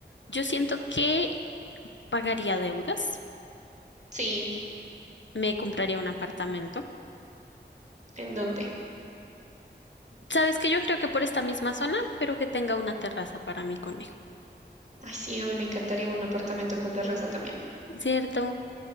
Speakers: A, on the left (about 80°); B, on the right (about 40°).
A: Yo siento que pagaría deudas,
B: Sí,
A: me compraría un apartamento.
B: ¿en dónde?
A: ¿Sabes que Yo creo que por esta misma zona, pero que tenga una terraza para mi conejo,
B: Ay, sí, a mí me encantaría un apartamento con terraza también.
A: ¿cierto?